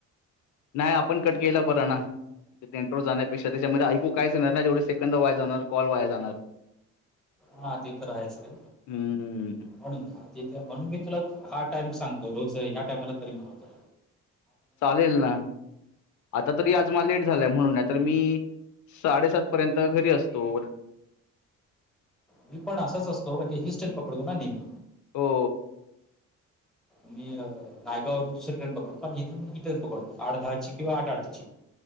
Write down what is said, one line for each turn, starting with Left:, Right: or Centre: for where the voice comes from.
Left: नाही आपण कट केलेला बरं ना ते इंन्टरो जाण्यापेक्षा त्याच्यामध्ये ऐकू कायच येणार ना तेवढेे से कंद वाया जाणार, कॉल वाया जाणार.
Centre: हा ते तर आहेच रे
Left: हम्म
Centre: म्हणून ते म्हणून मी तुला. टाइम सांगतो रोज ह्या टायमाला करी नव्हत
Left: चालेल ना आता तरी आज मला लेट झाला आहे म्हणून नाही तर मी साडेसात पर्यंत घरी असतो.
Centre: मी पण असाच असतो म्हणजे हीच ट्रेन पकडतो ना नेहमी.
Left: हो
Centre: मी नायगावरून दुसरी ट्रेन पकडतो आणि इथून मी हि ट्रेन पकडतो आठ दहाची किंवा आठ आठची.